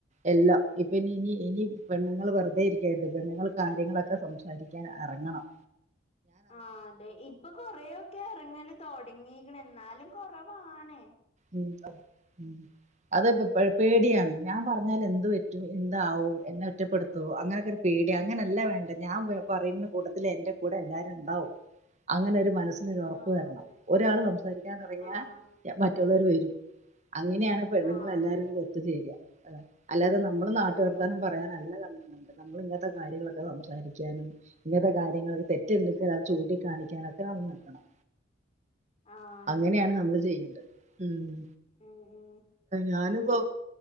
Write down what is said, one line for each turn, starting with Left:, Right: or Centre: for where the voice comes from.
Right: എല്ലാം ഇപ്പ ഇനി ഇനി ഇനി പെണ്ണുങ്ങള് വെറുതെ ഇരിക്കായിരുന്നു പെണ്ണുങ്ങള് കാര്യങ്ങളൊക്കെ സംസാരി ക്കാൻ എറങ്ങണം
Left: ആഹ് അതെ ഇപ്പൊ കൊറെയൊക്കെ ഇറങ്ങല് തൊടങ്ങീക്കണ് എന്നാലും കൊറവാണ്
Right: ഉം ഉം അത് പേ പേടിയാണ് ഞാൻ പറഞ്ഞാൽ എന്ത് പറ്റു എന്താവും എന്നെ ഒറ്റപ്പെടുത്തോ അങ്ങനെക്കെരു പേടിയ അങ്ങനെല്ലാ വേണ്ട ഞാൻ പറയുന്ന കൂട്ടത്തില് എന്റെ കൂടെ എല്ലാരും ണ്ടാവും അങ്ങനൊരു മനസ് അങ്ങനൊരു ഉറപ്പ്
Left: ആഹ്
Right: വരണം
Left: അതെ
Right: ഒരാൾ സംസാരിക്കാൻ ഇറങ്ങിയാ
Left: ആഹ്
Right: മറ്റുള്ളവര് വരും അങ്ങനെയാണ് പെണ്ണുങ്ങൾ
Left: ആഹ്
Right: എല്ലാരും
Left: അതെ
Right: ഒത്തുചേര അല്ലാതെ നമ്മള്
Left: ഉം
Right: നാട്ടു
Left: ഉം
Right: വർത്താനം
Left: ഉം
Right: പറയാനല്ല നമ്മ നമ്മള് ഇങ്ങനത്തെ കാര്യങ്ങളൊക്കെ സംസാരിക്കാനും ഇങ്ങനത്തെ കാര്യങ്ങളില് തെറ്റുണ്ടെങ്കിൽ അത് ചൂണ്ടിക്കാണിക്കാനൊക്കെ നമ്മൾ നിൽക്കണം
Left: ആഹ് അതെ
Right: അങ്ങനെയാണ്
Left: അതെ
Right: നമ്മള് ചെയ്യേണ്ടത് ഉം
Left: ഉം ഉം
Right: ഞാനിപ്പോ